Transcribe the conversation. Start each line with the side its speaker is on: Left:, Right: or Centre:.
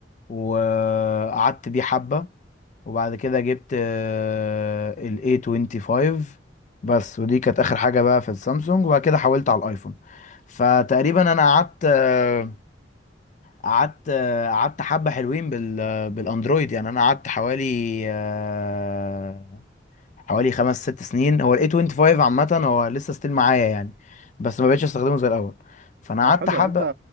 Left: وقعدت بيه حبه وبعد كده جبت آه، ال A25 بس ودي كانت اخر حاجه بقى في السامسونج وبعد كده حولت على الايفون فتقريبا انا قعدت آه، قعدت آه، قعدت حبه حلوين بال آه، بالاندرويد يعني انا قعدت حوالي آه، حوالي خمس ست سنين هو ال A25 عامه هو لسه ستيل معايا يعني بس ما بقتش استخدمه زي الاول فانا
Right: اه
Left: قعدت
Right: حلو
Left: حبه
Right: يعني انت